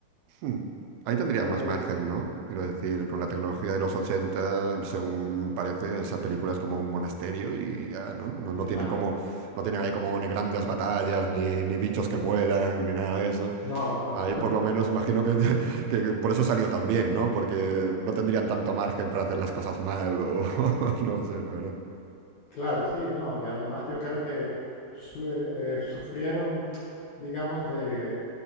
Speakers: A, on the right (about 85°); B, on the left (about 70°).
A: Hmm. Ahí tendrían
B: fue
A: más margen, ¿no? Quiero decir, con la tecnología de los 80, según parece, esa película es como un monasterio y ya, ¿no? No, no
B: exacto.
A: tienen como, no tienen ahí como ni grandes batallas, ni, ni bichos que vuelan, ni nada de eso.
B: No, no.
A: Ahí por
B: <laughs>
A: lo menos imagino que, <laughs> que por eso salió tan bien, ¿no? Porque no tendrían tanto margen para hacer las cosas mal o <laughs> no lo sé, la verdad.
B: Claro, sí, no. Y además yo creo que su- eh, eh, sufrieron, digamos, de,